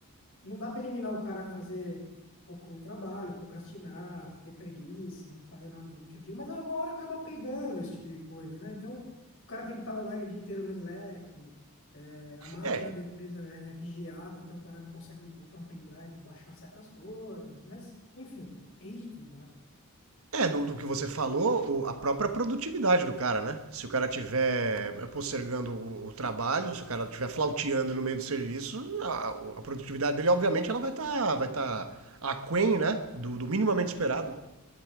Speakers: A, on the left (about 65°); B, on the right (about 75°).
A: Não dá para eliminar o cara a fazer pouco trabalho, procrastinar, ter preguiça, e não fazer nada durante o dia, mas é uma hora acaba pegando esse tipo de coisa, né? Então, o cara tem que estar online o dia inteiro no Slack, é, a máquina
B: É,
A: da empresa é é vigiada, então o cara não consegue botar um pendrive e baixar certas coisas, mas, enfim, tem de tudo, né?
B: É, do, do que você falou, o- a própria produtividade do cara, né? Se o cara tiver eh, postergando o, o trabalho, se o cara tiver flauteando no meio do serviço, a, a produtividade dele, obviamente, ela vai estar vai tá aquém, né? Do, do minimamente esperado.